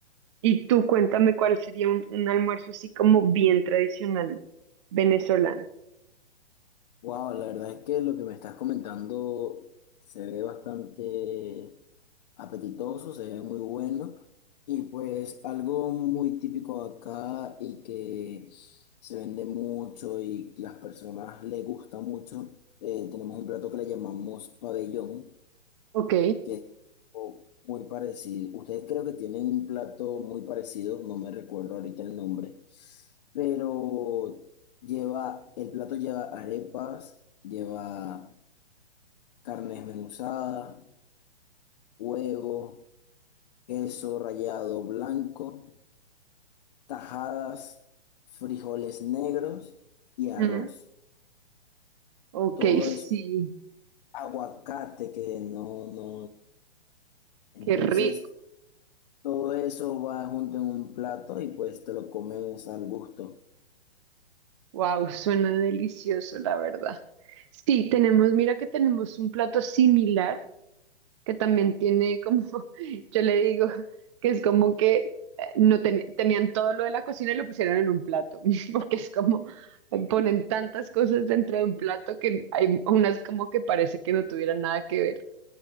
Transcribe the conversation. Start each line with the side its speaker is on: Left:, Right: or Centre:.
Right: Y tú cuéntame cuál sería un, un almuerzo así como bien tradicional venezolano.
Left: Wow, la verdad es que lo que me estás comentando se ve bastante apetitoso, se ve muy bueno y pues algo muy típico acá y que se vende mucho y las personas le gusta mucho. eh, tenemos un plato que le llamamos pabellón,
Right: Ok,
Left: que o muy parecido. Ustedes creo que tienen un plato muy parecido, no me recuerdo ahorita el nombre, pero lleva, el plato lleva arepas, lleva carne desmenuzada, huevo, queso rallado blanco, tajadas, frijoles negros y arroz.
Right: Mm. ok,
Left: Todo
Right: sí,
Left: eso, aguacate que no, no. Entonces,
Right: qué rico.
Left: todo eso va junto en un plato y pues te lo comes al gusto.
Right: Wow, suena delicioso, la verdad. Sí, tenemos, mira que tenemos un plato similar que también tiene como, <laughs> yo le digo que es como que eh, no ten- tenían todo lo de la cocina y lo pusieron en un plato, <laughs> porque es como eh, ponen tantas cosas dentro de un plato que hay unas como que parece que no tuvieran nada que ver.